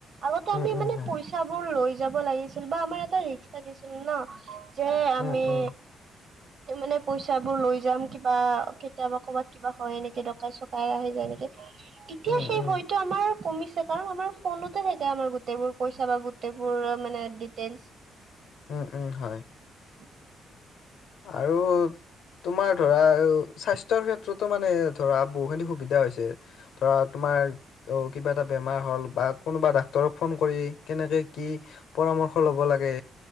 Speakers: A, on the right (about 55°); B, on the left (about 75°).
A: আগতে
B: উম,
A: আমি
B: উম,
A: মানে
B: হয়,
A: পইচাবোৰ লৈ যাব লাগিছিল বা আমাৰ এটা ৰিস্ক থাকিছিল ন', যে
B: উম,
A: আমি',
B: <unintelligible>
A: মানে পইচা বোৰ লৈ যাম কিবা কেতিয়াবা ক'বাত কিবা হয় নেকি ডকাই - চকাই আহি যায় নেকি', এতিয়া
B: উম,
A: সেই
B: উম,
A: ভয়তো', ত', আমাৰ কমিছে কাৰণ আমাৰ ফোনতে থাকে আমাৰ গোটেইবোৰ পইচা বা গোটেইবোৰ মানে ডিটেইলচ',
B: উম', - উম', - হয়',
A: উম',
B: আৰু', তোমাৰ ধৰা স্বাস্থ্যৰ ক্ষেত্ৰতো মানে ধৰা বহুখিনি সুবিধা হৈছে', ধৰা তোমাৰ', অ', কিবা এটা বেমাৰ হ'ল বা কোনোবা ডাক্তৰক ফোন কৰি কেনেকে কি', পৰামৰ্শ লব লাগে,